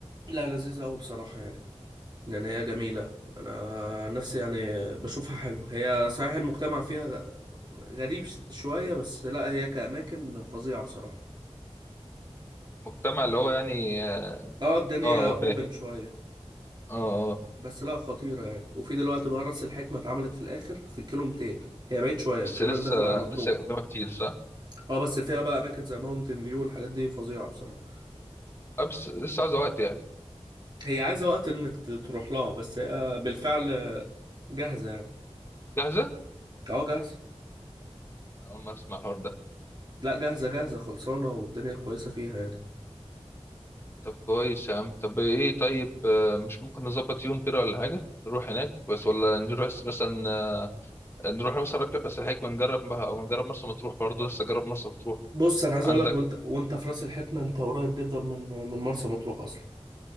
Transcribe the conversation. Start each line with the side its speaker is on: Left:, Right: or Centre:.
Right: لا لذيذة أوي بصراحة يعني يعني هي جميلة أنا نفسي يعني بشوفها حلوة هي صحيح المجتمع فيها غ- غريب ش- شوية بس لا هي كأماكن فظيعة بصراحة
Left: مجتمع اللي هو يعني اه
Right: اه الدنيا
Left: آه،
Right: اوبن
Left: فاهم
Right: شوية
Left: اه اه
Right: بس لا خطيرة يعني وفي دلوقتي بقى راس الحكمة اتعملت في الآخر في الكيلو 200 هي بعيد شوية
Left: بس
Right: كأنك
Left: لسه
Right: داخل على مطروح
Left: لسه قدامها كتير صح
Right: اه بس فيها بقى اماكن زي ماونتن فيو والحاجات دي فظيعه بصراحه
Left: آه، بس لسه عاوزه وقت يعني
Right: هي عايزه وقت انك ت- تروح لها بس هي بالفعل جاهزه يعني
Left: جاهزه
Right: اه جاهزه
Left: أنا أول ما أسمع الحوار ده
Right: لا جاهزه جاهزه خلصانه والدنيا كويسه فيها يعني
Left: طب كويس يا عم طب إيه طيب آه، مش ممكن نظبط يوم كده ولا حاجة نروح هناك بس ولا نروح س- مثلا آه، نروح مثلا راك- راس الحكمة ونجرب بها أو نجرب مرسى مطروح برضه لسه جرب مرسى مطروح
Right: بص انا عايز
Left: عندك
Right: اقول لك وانت وانت في راس الحكمه انت قريب جدا من من مرسى مطروح اصلا